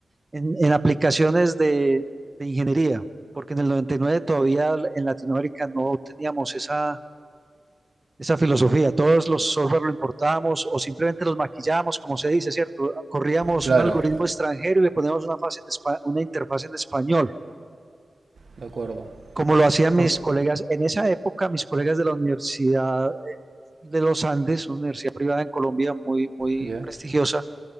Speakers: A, on the right; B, on the right.
A: en- en aplicaciones de, de ingeniería, porque en el 99 todavía en Latinoamérica no teníamos esa esa filosofía. Todos los software lo importábamos o simplemente los maquillábamos, como se dice, ¿cierto? Corríamos
B: Claro,
A: un algoritmo extranjero y le poníamos una, fase en espa- una interfaz en español,
B: de acuerdo.
A: como lo hacían
B: Por,
A: mis colegas. En esa época, mis colegas de la Universidad de los Andes, una universidad privada en Colombia muy, muy
B: ya.
A: prestigiosa,